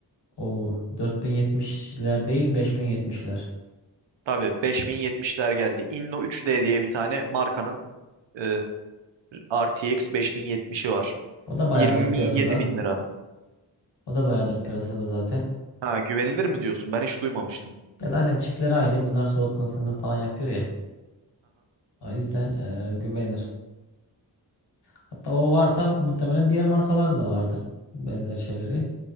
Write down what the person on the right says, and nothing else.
Tabii 5070'ler geldi. Inno 3D diye bir tane markanın e, RTX 5070'i var.
27
bin lira.
Ha, güvenilir mi diyorsun? Ben hiç duymamıştım.